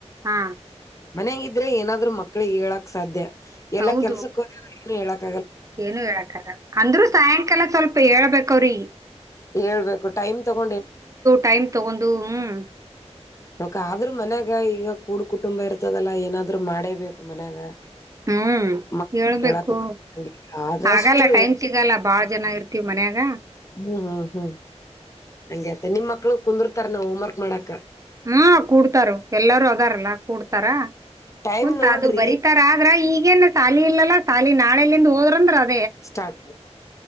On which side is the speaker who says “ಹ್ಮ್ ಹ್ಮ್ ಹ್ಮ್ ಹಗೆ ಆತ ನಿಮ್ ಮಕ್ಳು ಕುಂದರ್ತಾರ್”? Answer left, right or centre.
Left